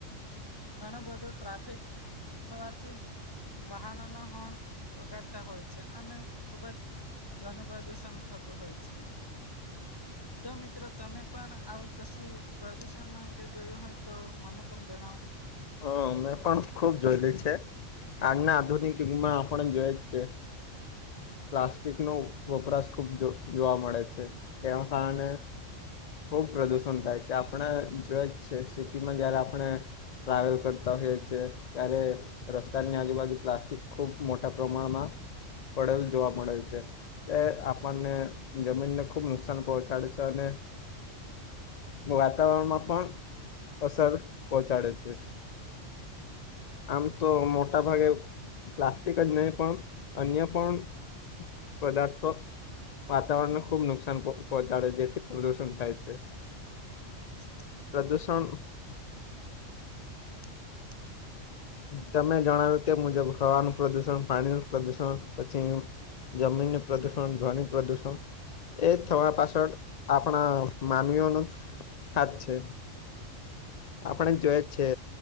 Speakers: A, on the left (about 20°); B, on the left (about 60°).
A: ઘણો બધો ટ્રાફિક થવાથી વાહનો નો હોન વગાડતા હોય છે અને ખૂબ જ ધ્વનિ પ્રદુષણ થતું હોય છે. તો મિત્રો તમે પણ આવું કશું પ્રદુષણ અંગે જોયું હોય તો મને પણ જણાવો.
B: હ મેં પણ ખુબ જોયેલી છે આજના આધુનિક યુગમાં આપણ જોય જ છે. પ્લાસ્ટિકનો વપરાશ ખૂબ જો જોવા મળે છે. <unintelligible> ખુબ પ્રદુષણ થાય છે. આપણે જોઈ જ છે સિટીમાં જયારે આપણે ટ્રાવેલ કરતા હોઈએ છીએ ત્યારે રસ્તાની આજુબાજુ પ્લાસ્ટિક ખુબ મોટા પ્રમાણમાં પડેલ જોવા મળેલ છે. એ આપણને જમીનને ખુબ નુકસાન પહોંચાડે છે અને વાતાવરણમાં પણ અસર પહોંચાડે છે. આમ તો મોટા ભાગે પ્લાસ્ટિક જ નહી પણ અન્ય પણ પદાર્થો વાતાવરણને ખુબ નુકસાન પ પહોંચાડે જેથી પ્રદુષણ થાય છે.
A: <inaudible> <unintelligible>
B: પ્રદૂષણ
A: <unintelligible>
B: તમે જણાવ્યું તે મુજબ હવાનું પ્રદુષણ, પાણીનું પ્રદુષણ પછી જમીન નુ પ્રદુષણ ધ્વનિ પ્રદુષણ એ થવા પાછળ આપણા. માનવીઓ નો હાત છે. આપણે જોય છે.